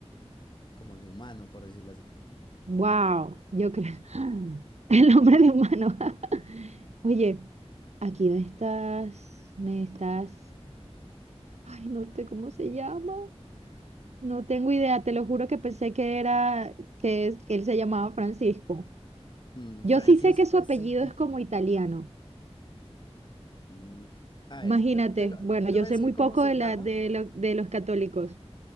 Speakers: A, on the left; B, on the right.
A: como de humano, por decirlo así?
B: Wow, yo creo. <laughs> <gasps> El hombre de humano. <laughs> Oye, aquí me estás. Me estás. Ay, no sé cómo se llama. No tengo idea. Te lo juro que pensé que era que, es- que él se llamaba Francisco.
A: Mm,
B: Yo
A: Francisco
B: sí sé que su apellido
A: es el título.
B: es como italiano.
A: Mm, a ver,
B: Imagínate,
A: te, te lo,
B: bueno,
A: te
B: yo
A: voy a
B: sé
A: decir
B: muy
A: cómo
B: poco
A: se
B: de,
A: llama.
B: la, de, lo- de los católicos,